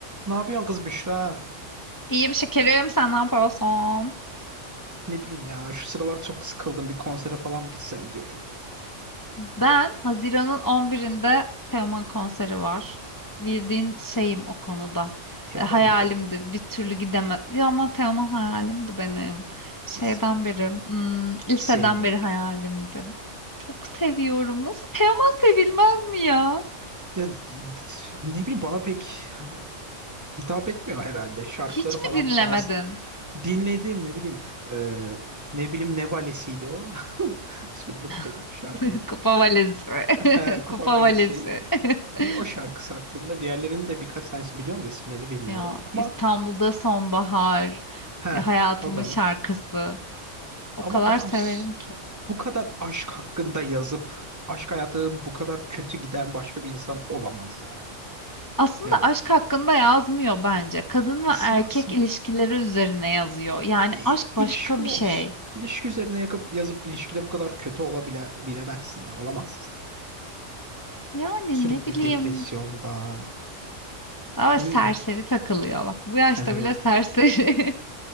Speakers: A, on the right; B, on the left.
A: Ne yapıyorsun kız Büşra?
B: İyiyim şekerim, sen ne yapıyorsun?
A: Ne bileyim ya şu sıralar çok sıkıldım bir konsere falan mı gitsem diyorum.
B: Ben Haziran'ın on birinde Teoman konseri var. Bildiğin şeyim o konuda.
A: Teoman
B: E, hayalimdi.
A: ne be?
B: Bir türlü gidemez. Ya ama Teoman hayalimdi benim. Şeyden
A: Nasıl be?
B: beri, hmm, liseden
A: Hiç sevmiyorum.
B: beri hayalimdi. Çok seviyorum. Nasıl Teoman sevilmez mi ya?
A: Ya ne bileyim bana pek hitap etmiyor herhalde. Şarkıları
B: Hiç
A: falan
B: mi dinlemedin?
A: fazla. Dinledim ne bileyim e, ne bileyim ne valisiydi o. <laughs> İsmini unuttum
B: <laughs>
A: şarkının.
B: Kupa valizi.
A: <laughs>
B: <laughs>
A: Kupa
B: Kupa
A: valisi.
B: valizi. <laughs>
A: Bir o şarkısı aklımda. Diğerlerinin de birkaç tanesini biliyorum da isimlerini bilmiyorum.
B: Ya
A: Ama
B: İstanbul'da sonbahar.
A: he
B: ya Hayatımın
A: o da
B: şarkısı.
A: var.
B: O
A: Ama
B: kadar
A: adam
B: severim
A: s.
B: ki.
A: Bu kadar aşk hakkında yazıp aşk hayatının bu kadar kötü giden başka bir insan olamaz yani.
B: Aslında
A: Ya
B: aşk hakkında yazmıyor bence. Kadın ve
A: nasıl
B: erkek
A: yazmıyor?
B: ilişkileri üzerine yazıyor. Yani
A: E,
B: aşk
A: ilişki
B: başka
A: olsun.
B: bir şey.
A: İlişki üzerine yakıp yazıp ilişkide bu kadar kötü olabile bilemezsin ya olamazsın.
B: Yani
A: Sürekli
B: ne bileyim.
A: depresyondan
B: Daha
A: ne
B: serseri
A: bileyim.
B: takılıyor. Bak bu yaşta
A: Evet.
B: bile serseri.